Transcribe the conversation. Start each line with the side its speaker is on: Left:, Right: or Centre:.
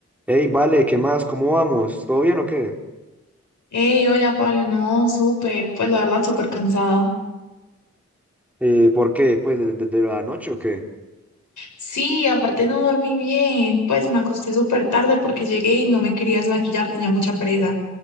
Centre: Ey, vale, ¿qué más? ¿Cómo vamos? ¿Todo bien o qué?
Left: Hey, hola Pablo, no, súper, pues la verdad súper cansada.
Centre: Eh, ¿por qué? Pues desde la noche o qué?
Left: Sí, aparte no dormí bien, pues me acosté súper tarde porque llegué y no me quería desmaquillar, tenía mucha pereza.